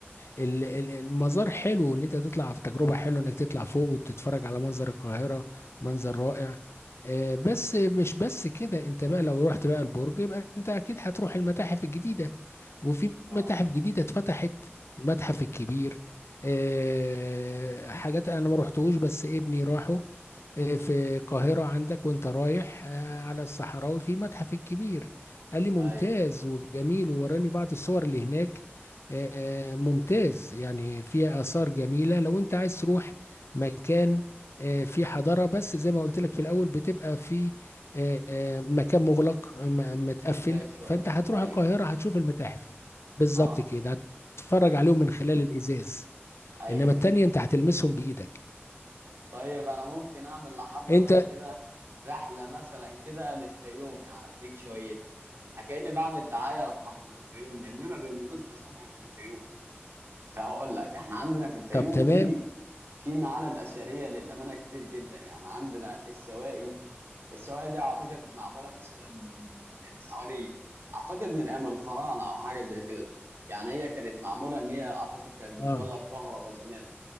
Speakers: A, on the left (about 75°); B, on the right (about 65°).
A: ال... ال- المزار حلو ان انت تطلع في تجربه حلوه انك تطلع فوق وتتفرج على منظر القاهره منظر رائع آه بس مش بس كده انت بقى لو رحت بقى البرج يبقى انت اكيد هتروح المتاحف الجديده وفي
B: اه
A: متاحف جديده اتفتحت المتحف الكبير آه حاجات انا ما رحتوش بس ابني راحه في القاهرة عندك وانت رايح آه، على الصحراوي في متحف الكبير قال لي ممتاز
B: ايوه
A: وجميل ووراني بعض الصور اللي هناك آه، آه، ممتاز يعني فيها آثار جميلة لو انت عايز تروح مكان آه، فيه حضارة بس زي ما قلت لك في الأول بتبقى في آه، آه، مكان مغلق م- متقفل
B: ازاي شويه
A: فانت هتروح
B: ايوه
A: القاهرة هتشوف المتاحف بالظبط
B: اه
A: كده هتتفرج عليهم من خلال الإزاز
B: ايوه
A: انما التانية
B: ايوه
A: انت هتلمسهم بإيدك
B: طيب انا ممكن اعمل لحضرتك
A: انت
B: كده رحله مثلا كده للفيوم يعني اديك شويه كأني بعمل دعايه لمحافظه الفيوم لان انا بالمناسبه سنه من الفيوم فهقول لك احنا عندنا في الفيوم
A: طب تمام
B: في في معالم اثريه للامانه كتير جدا يعني عندنا السواقي السواقي دي اعتقد معموله مثلا من من حوالي اعتقد من ايام الفراعنه او حاجه زي كده يعني هي كانت معموله ان هي اعتقد كانت بتولد
A: اه
B: كهرباء زمان